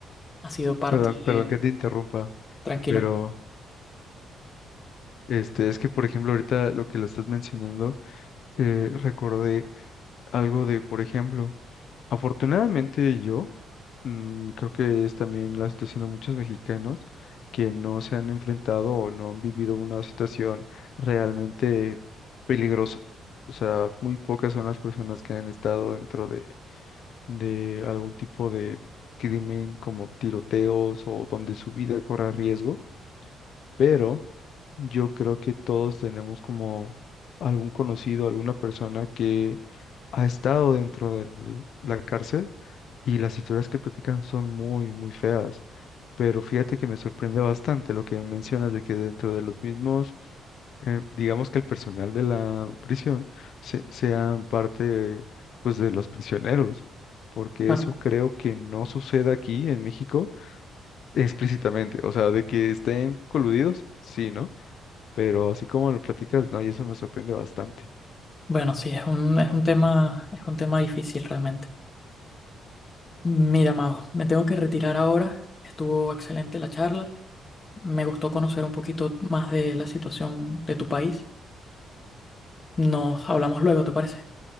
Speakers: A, on the left; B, on the left.
A: ha sido parte
B: Perdón, perdón
A: de...
B: que te interrumpa,
A: Tranquilo.
B: pero este, es que, por ejemplo, ahorita lo que lo estás mencionando, eh, recordé algo de, por ejemplo, afortunadamente yo Mm, creo que es también la situación de muchos mexicanos que no se han enfrentado o no han vivido una situación realmente peligrosa. O sea, muy pocas son las personas que han estado dentro de, de algún tipo de crimen como tiroteos o donde su vida corra riesgo, pero yo creo que todos tenemos como algún conocido, alguna persona que ha estado dentro de la cárcel y las historias que platican son muy, muy feas. Pero fíjate que me sorprende bastante lo que mencionas de que dentro de los mismos, eh, digamos que el personal de la prisión se- sean parte, pues, de los prisioneros, porque
A: Claro.
B: eso creo que no sucede aquí en México explícitamente. O sea, de que estén coludidos, sí, ¿no? Pero así como lo platicas, no, y eso me sorprende bastante.
A: Bueno, sí, es un, es un tema, es un tema difícil realmente. Mira, Mago, me tengo que retirar ahora. Estuvo excelente la charla. Me gustó conocer un poquito más de la situación de tu país. Nos hablamos luego, ¿te parece?